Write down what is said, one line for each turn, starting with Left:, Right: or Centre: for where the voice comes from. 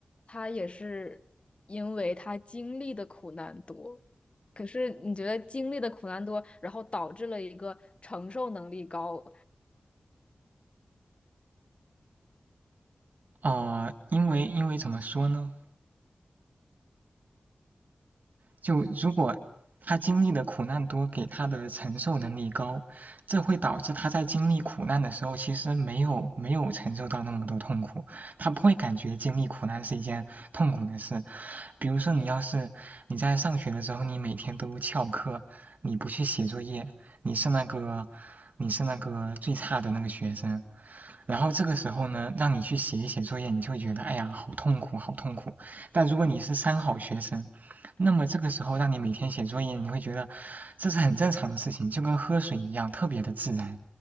Left: 他也是因为他经历的苦难多。可是你觉得经历的苦难多，然后导致了一个承受能力高，
Right: 呃，因为因为怎么说呢？就如果他经历的苦难多，给他的承受能力高，这会导致他在经历苦难的时候，其实没有没有承受到那么多痛苦，他不会感觉经历苦难是一件痛苦的事。比如说，你要是你在上学的时候，你每天都翘课，你不去写作业，你是那个你是那个最差的那个学生，然后这个时候呢，让你去写一写作业，你就会觉得哎呀，好痛苦，好痛苦。但如果你是三好学生，那么这个时候让你每天写作业，你会觉得这是很正常的事情，就跟喝水一样，特别的自然，